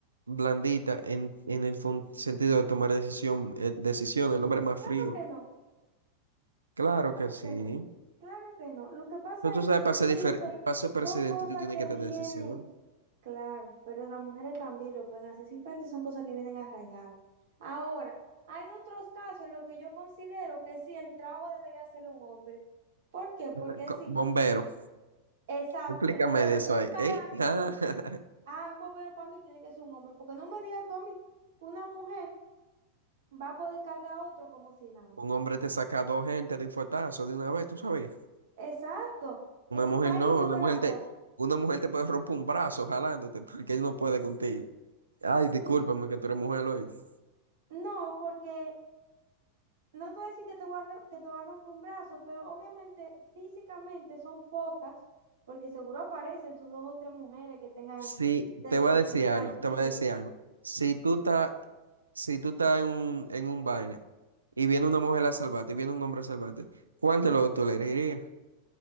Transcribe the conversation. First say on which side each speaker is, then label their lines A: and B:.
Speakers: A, on the right; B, on the right.
A: blandita en, en el fun- sentido de tomar decisión, eh, decisiones, el hombre es más
B: Claro
A: frío.
B: que no.
A: Claro
B: Claro
A: que sí.
B: que no, claro que no. Lo que pasa
A: Pero tú
B: es
A: sabes,
B: que simplemente
A: para ser, difer- para ser
B: son
A: presidente,
B: cosas
A: tú tienes
B: que
A: que tener
B: vienen,
A: decisión.
B: claro, pero las mujeres también lo pueden hacer, simplemente son cosas que vienen arraigadas. Ahora, hay otros casos en los que yo considero que sí, el trabajo debería hacerlo un hombre. ¿Por qué? Porque
A: Ajá. Co-
B: sí,
A: Bombero.
B: exacto,
A: Explícame
B: el bombero,
A: de eso
B: un
A: ahí.
B: para,
A: ¿Eh? Ah, <laughs>
B: ah, un bombero para mí tiene que ser un hombre, porque no me digas tú a mí que una mujer va a poder cargar a otro como si nada.
A: un hombre te saca dos gente de un fuetazo de una vez, tú sabes.
B: Exacto.
A: Una
B: Entonces,
A: mujer
B: ahí
A: no,
B: yo
A: una
B: te
A: mujer
B: la doy.
A: te, una mujer te puede romper un brazo jalándote <laughs> porque él no puede contigo. Ay, discúlpame
B: No,
A: que tú eres mujer, oíste.
B: No, porque no te voy a decir que te voy a ro- que te va a romper un brazo, pero obviamente físicamente son pocas, porque seguro aparecen sus dos o tres mujeres que tengan
A: Sí,
B: testosterona
A: te voy a decir algo,
B: altísima
A: te voy a decir algo. Si tú estás, si tú estás en un, en un vaina y viene una mujer a salvarte y viene un hombre a salvarte, ¿cuál de los dos tú elegirías?